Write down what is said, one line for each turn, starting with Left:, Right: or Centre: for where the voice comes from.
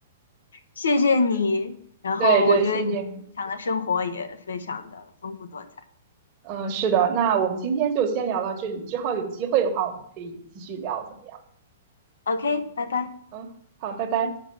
Left: 谢谢你，然后我觉得你平常的生活也非常的丰富多彩。
Right: 对对，谢谢你。嗯，是的，那我们今天就先聊到这里，之后有机会的话，我们可以继续聊，怎么样？
Left: OK，拜拜。
Right: 嗯，好，拜拜。